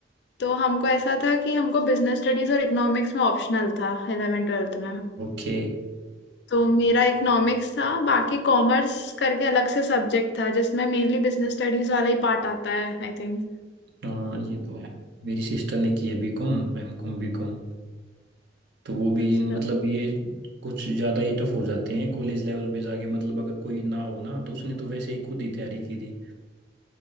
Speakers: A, on the left (about 65°); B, on the right (about 60°).
A: तो हमको ऐसा था कि हमको बिजनेस स्टडीज और इकोनॉमिक्स में ऑप्शनल था 11 ट्वेल्थ में
B: ओके
A: तो मेरा इकोनॉमिक्स था बाकी कॉमर्स करके अलग से सब्जेक्ट था जिसमें मेनली बिजनेस स्टडीज वाला ही पार्ट आता है आई थिंक
B: हाँ ये तो है मेरी सिस्टर ने की है बीकॉम एम कॉम बीकॉम तो वो भी
A: अच्छा
B: मतलब ये कुछ ज़्यादा ही टफ हो जाते हैं कॉलेज लेवल पे जाके मतलब अगर कोई ना हो ना तो उसने तो वैसे ही खुद ही तैयारी की थी